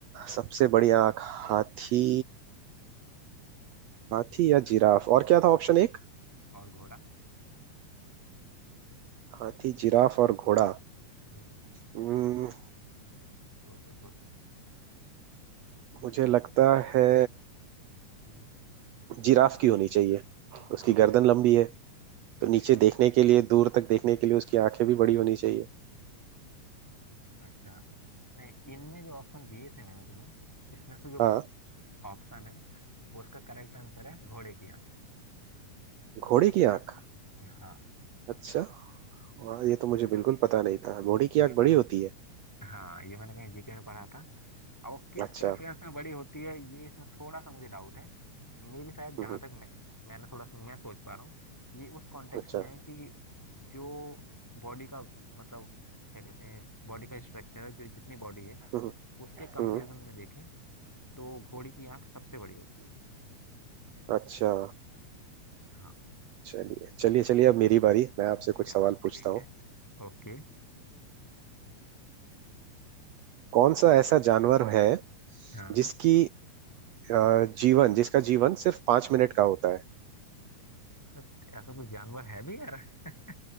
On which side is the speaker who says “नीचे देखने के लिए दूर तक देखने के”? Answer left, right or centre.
Right